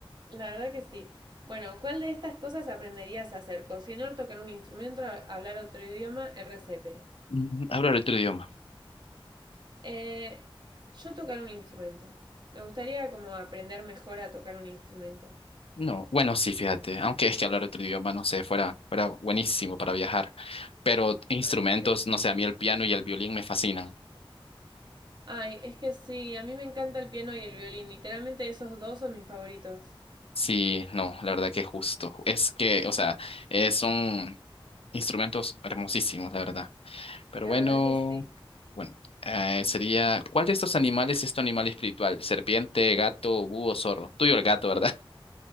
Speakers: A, on the right; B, on the left.
A: La verdad que sí. Bueno, ¿cuál de estas cosas aprenderías a hacer? Cocinar, tocar un instrumento, a- hablar otro idioma, RCP.
B: Mm, Hablar otro idioma.
A: Eh, yo tocar un instrumento. Me gustaría como aprender mejor a tocar un instrumento.
B: No, bueno, sí, fíjate, aunque es que hablar otro idioma, no sé, fuera, fuera buenísimo para viajar. Pero instrumentos,
A: Ay, sí.
B: no sé, a mí el piano y el violín me fascinan.
A: Ay, es que sí, a mí me encanta el piano y el violín. Literalmente esos dos son mis favoritos.
B: Sí, no, la verdad que justo. Es que, o sea, eh, son instrumentos hermosísimos, la verdad. Pero
A: La
B: bueno,
A: verdad que sí.
B: bueno, eh, sería, ¿cuál de estos animales es tu animal espiritual? Serpiente, gato, búho, zorro. Tuyo el gato, ¿verdad? <laughs>